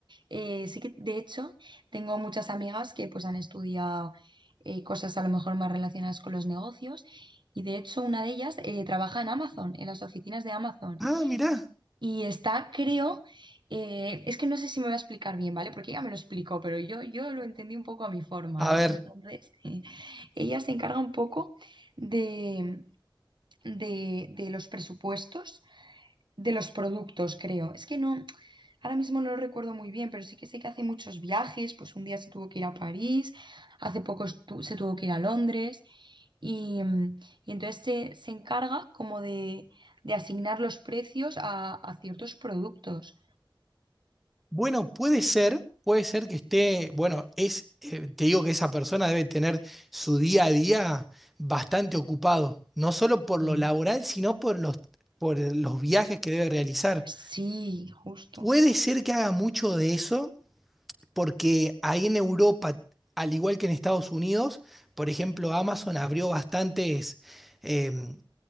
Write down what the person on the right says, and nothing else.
eh, sí que, de hecho, tengo muchas amigas que pues han estudiado eh, cosas a lo mejor más relacionadas con los negocios y de hecho una de ellas eh, trabaja en Amazon, en las oficinas de Amazon
y está, creo, eh, es que no sé si me voy a explicar bien, ¿vale? Porque ella me lo explicó, pero yo, yo lo entendí un poco a mi forma,
¿no?
Entonces ella se encarga un poco de, de, de los presupuestos de los productos, creo. Es que no, ahora mismo no lo recuerdo muy bien, pero sí que sé que hace muchos viajes, pues un día se tuvo que ir a París, hace poco estu- se tuvo que ir a Londres. Y, mm, y entonces se, se encarga como de, de asignar los precios a, a ciertos productos.
Mm.
Sí, justo.